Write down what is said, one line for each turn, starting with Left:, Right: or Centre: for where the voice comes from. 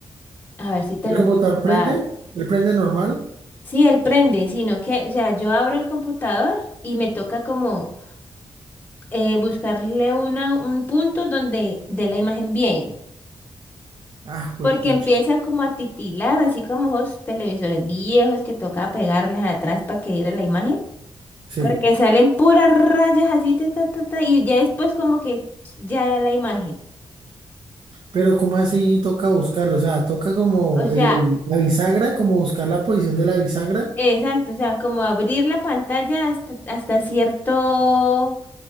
Left: A ver si te
Right: ¿El
Left: lo
Right: computador
Left: puedo llevar.
Right: prende? ¿El prende normal?
Left: Sí, él prende, sino que, o sea, yo abro el computador y me toca como eh, buscarle una, un punto donde dé la imagen bien.
Right: Ah, pues
Left: Porque
Right: pucha.
Left: empieza como a titilar, así como esos televisores viejos que toca pegarles atrás para que diera la imagen.
Right: Sí.
Left: Porque salen puras rayas así, ta, ta, ta, ta, y ya después como que ya da la imagen.
Right: Pero ¿cómo así toca buscarlo? O sea, toca como
Left: O sea,
Right: el, el- la bisagra, como buscar la posición de la bisagra.
Left: exacto, o sea, como abrir la pantalla hasta, hasta cierto